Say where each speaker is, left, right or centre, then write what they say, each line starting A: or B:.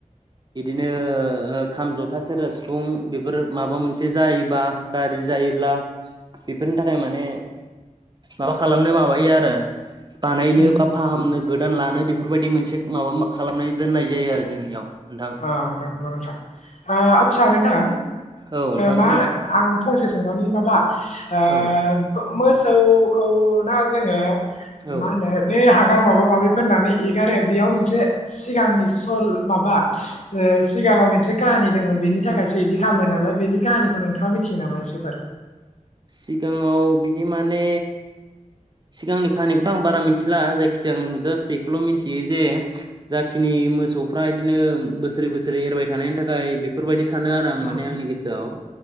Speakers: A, on the right; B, on the left.
A: बिदिनो ओ खाम जथा सेरजा सिफुं बेफोर माबा मोनसे जायोबा गाज्रि जायोब्ला बेफोरनि थाखाय माने माबा खालामनो माबायो आरो। बानायनो
B: उम
A: बा फाहामनो गोदान लानो बे फोरबायदि मोनसे माबा खालामनानै दोननाय जायो आरो जोंनियाव। नोंथां
B: औ नंगौ नोंथां ओ आदसा नोंथां
A: औ नोंथां
B: मा
A: बुंलाय
B: आं फंसे सोंबावनि माबा ओ
A: औ
B: मोसौखौना जोङो
A: औ
B: मा होनो बे आ माबा माबि फुननानै एगारो बेयाव मोनसे सिगांनि सल माबा ओ सिगाङाव मोनसे काहानि दंमोन। बेनि थाखायसो बिदि खालामो नालाय बेनि काहानिखौ नोंथाङा मिथियो नामा इसेफोर?
A: सिगाङाव बिदि माने सिगांनि खाहानिखौथ' आं बारा मिथिला जायखिजाया आं जास्ट बेखौल' मिथियो जे जाखिनि मोसौफ्रा बिदिनो बोसोरै बोसोरै एरबाय थानायनि थाखाय बेफोरबायदि सानो आरो आं
B: उम
A: माने आंनि गोसोआव।